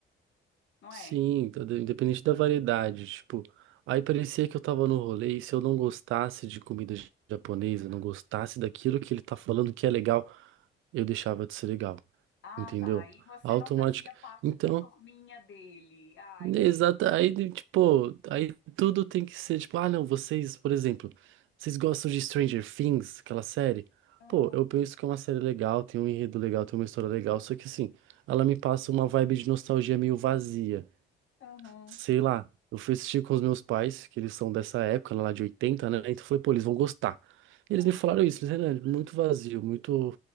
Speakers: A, on the left; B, on the right.
A: não
B: Sim,
A: é?
B: toda- independente da variedade, tipo, aí parecia que eu tava no rolê e se eu não gostasse de comida j- japonesa, não gostasse daquilo que ele tá falando que é legal, eu deixava de ser legal,
A: Ah,
B: entendeu?
A: tá. E você
B: Automático.
A: não fazia parte
B: Então,
A: da turminha dele. Ai, que
B: exato,
A: lindo.
B: aí de- tipo, aí tudo tem que ser tipo, ah, não, vocês, por exemplo, vocês gostam de Stranger Things, aquela série?
A: Ah,
B: Pô, eu penso que é uma série legal, tem um enredo legal, tem uma história legal, só que assim, ela me passa uma vibe de nostalgia meio vazia
A: aham.
B: sei lá, eu fui assistir com os meus pais, que eles são dessa época, lá de 80, né? Então eu falei, pô, eles vão gostar. Eles
A: Aham.
B: me falaram isso, eles Renan, muito vazio, muito.